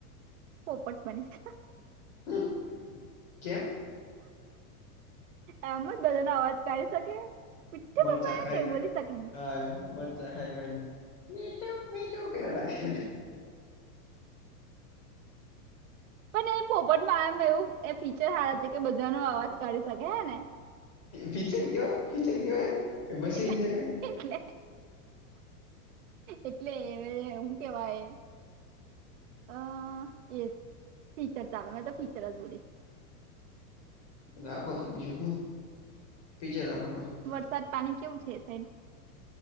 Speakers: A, on the right; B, on the left.
A: પોપટ બનીશ
B: હમ્મ કેમ?
A: એમ જ બધાનો અવાજ કાઢી શકે. મીઠે
B: મરચા
A: પપ્પા
B: ખાય
A: એવું
B: કે
A: બોલી શકે ને
B: હ મ ખાય ખાય ને મીઠુ મીઠુ કરિયા કરે
A: પણ એ પોપટમાં આમ એવું એ ફીચર સારા છે કે બધા ન અવાજાઢ શકે હે ને.
B: ફીચર કેવાય ફીચર કેવાય મશીન
A: એટલે
B: છે ક.
A: એટલે એટલે હું કેવાય. અ એ ફીચર ચાલ મે તો ફીચર જ બોલી.
B: રાખો તો બીજું હું ફીચર રાખો ભાઈ.
A: વરસાદ પાણી કેવું છે સાહેબ